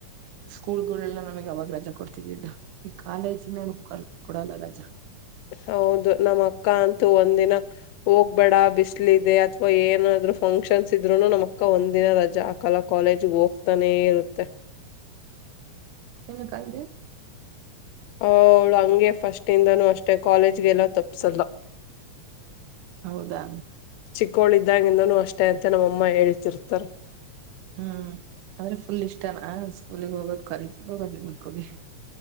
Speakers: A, on the right; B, on the left.
A: ಸ್ಕೂಲ್ ಗಳೆಲ್ಲ ನಮಗ್ ಅವಾಗ ರಜಾ ಕೊಡ್ತಿದ್ದಿದ್ದು ಈ ಕಾಲೇಜ್ಿನ ಉಕ್ಕ ಕೊಡಲ್ಲ ರಜಾ
B: ಹೌದು ನಮ್ಮ ಅಕ್ಕ ಅಂತೂ ಒಂದಿನ ಹೋಗ್ಬೇಡ ಬಿಸ್ಲ ಇದೆ ಅಥವಾ ಏನಾದ್ರು ಫಂಕ್ಷನ್ಸ್ ಇದ್ರುನು ನಮಕ್ಕ ಒಂದ ದಿನ ರಜಾ ಆಗ್ತ ಕಲಾ ಕಾಲೇಜ್ಿಗೆ ಹೋಗ್ತಾನೆ ಇರುತ್ತೆ
A: ನ ಕಜ
B: ಅವೌಳ ಹಂಗೆ ಫಸ್ಟ್ ಇಿಂದಾನೂ ಅಷ್ಟೇ ಕಾಲೇಜ್ಗೆಲ್ಲ ತಪ್ಪಸಲ್ಲ
A: ಹೌದಾ
B: ಚಿಕ್ಕೋಳಿದ್ದಾಗಿಂದನೂ ಅಷ್ಟೇ ಅಂತ ನಮ್ಮಮ್ಮ ಹೇಳ್ತಿರ್ತಾರೆ
A: ಹ್ಮ್ ಅಂದ್ರೆ ಫುಲ್ ಇಷ್ಟನಾ ಸ್ಕೂಲಿಗೆ ಹೋಗೋದ್ ಕಾಲೇಜಿಿಗೆ ಹೋಗೋದು ನಿಮ್ಮ ಮಕ್ಕಳಿಗೆ